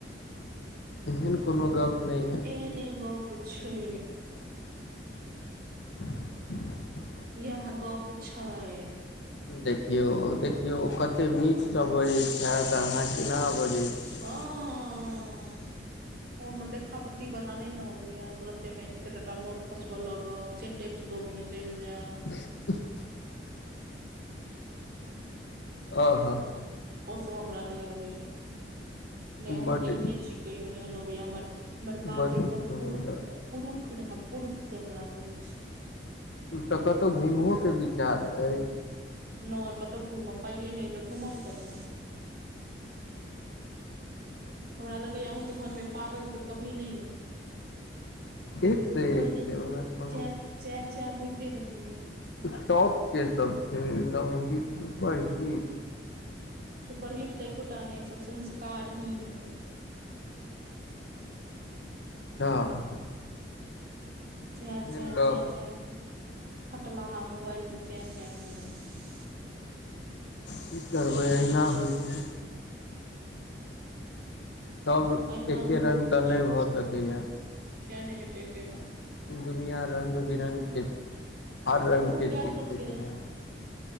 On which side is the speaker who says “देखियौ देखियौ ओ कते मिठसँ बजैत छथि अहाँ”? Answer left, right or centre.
Left